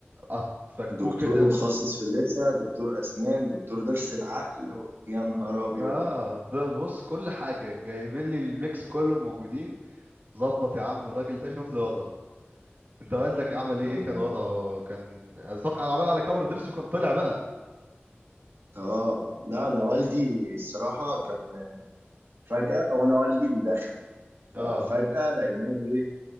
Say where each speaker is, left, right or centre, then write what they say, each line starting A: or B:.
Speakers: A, on the right; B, on the right.
A: قط- فكوه
B: دكتور
A: كده
B: متخصص
A: من-
B: في اللثه دكتور اسنان دكتور ضرس العقل يا نهار
A: اه
B: ابيض
A: ده بص كل حاجة جايبين لي الميكس كله موجودين ظبط يا عم الراجل ده شوف لي وضعه انت والدك عمل
B: يا
A: ايه
B: نهار
A: ايه كان وضعه كان ساق على عمل على كبر ضرسه كان طلع بقى
B: اه لا انا والدي الصراحه كان فجاه او انا والدي بيدخن
A: اه
B: ففجاه لقيناه ايه